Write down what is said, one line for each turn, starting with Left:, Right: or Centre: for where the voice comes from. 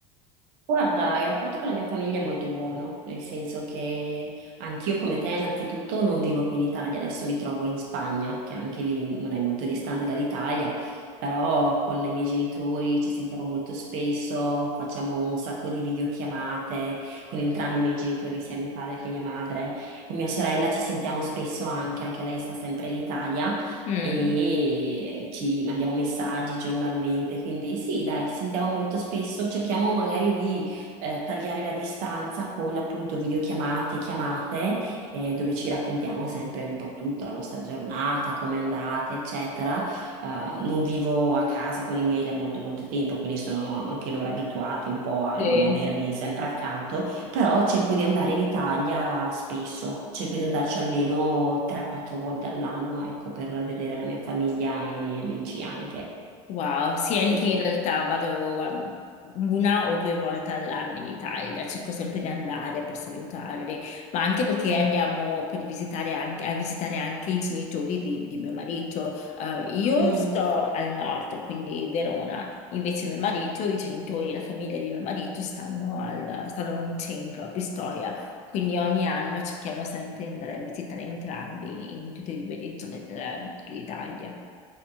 Right: Guarda, il rapporto con la mia famiglia è molto buono, nel senso che anch'io come te innanzitutto non vivo più in Italia, adesso mi trovo in Spagna, che anche lì non è molto distante dall'Italia, però con i miei genitori ci sentiamo molto spesso, facciamo un sacco di videochiamate con entrambi i miei genitori, sia mio padre che mia madre, con mia sorella ci sentiamo spesso anche, anche lei sta sempre in Italia
Left: Mm,
Right: e ci mandiamo messaggi giornalmente, quindi sì, dai, ci sentiamo molto spesso, cerchiamo magari di eh, tagliare la distanza con appunto videochiamate, chiamate, eh, dove ci raccontiamo sempre un po' tutta la nostra giornata, come è andata, eccetera. Eh, non vivo a casa con i miei da molto molto tempo, quindi sono anche loro abituati un po' a
Left: sì.
Right: non avermi sempre accanto. Però cerco di andare in Italia spesso, cerco di andarci almeno 3-4 volte all'anno, ecco, per vedere la mia famiglia e i miei amici anche.
Left: Wow, sì, anche
Right: E-
Left: in realtà vado um, una o due volte all'anno in Italia, cerco sempre di andare per salutarli, ma anche perché
Right: mm,
Left: andiamo per visitare anche, a visitare anche i genitori di, di mio marito. Eh, io
Right: mm,
Left: sto al nord, quindi Verona, invece mio marito, i genitori, la famiglia di mio marito stanno, al, stanno in centro, a Pistoia, quindi ogni anno cerchiamo sempre di andare a visitare entrambi in tutte e due le zone della- dell'Italia.